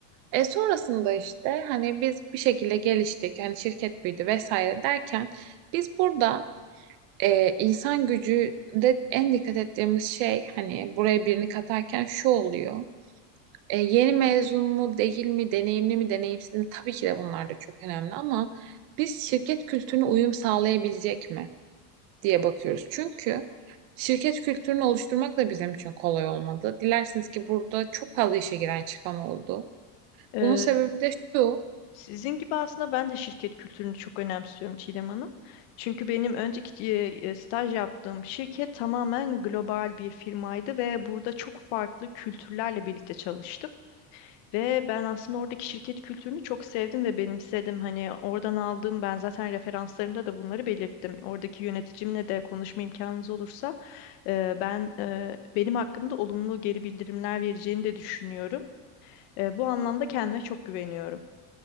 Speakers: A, on the right; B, on the left.
A: E sonrasında işte hani biz bir şekilde geliştik, hani şirket büyüdü vesaire derken biz burada e, insan gücünde en dikkat ettiğimiz şey hani buraya birini katarken şu oluyor. E, yeni mezun mu değil mi, deneyimli mi deneyimsiz mi tabii ki de bunlar da çok önemli ama biz şirket kültürüne uyum sağlayabilecek mi? diye bakıyoruz. Çünkü şirket kültürünü oluşturmak da bizim için kolay olmadı. Dilersiniz ki burada çok fazla işe giren çıkan oldu.
B: Ee,
A: Bunun sebebi de şu.
B: Sizin gibi aslında ben de şirket kültürünü çok önemsiyorum Çiğdem Hanım. Çünkü benim önceki e, e, staj yaptığım şirket tamamen global bir firmaydı ve burada çok farklı kültürlerle birlikte çalıştım. Ve ben aslında oradaki şirket kültürünü çok sevdim ve benimsedim. Hani oradan aldığım ben zaten referanslarımda da bunları belirttim. Oradaki yöneticimle de konuşma imkanınız olursa e, ben e, benim hakkımda olumlu geri bildirimler vereceğini de düşünüyorum. E, bu anlamda kendime çok güveniyorum.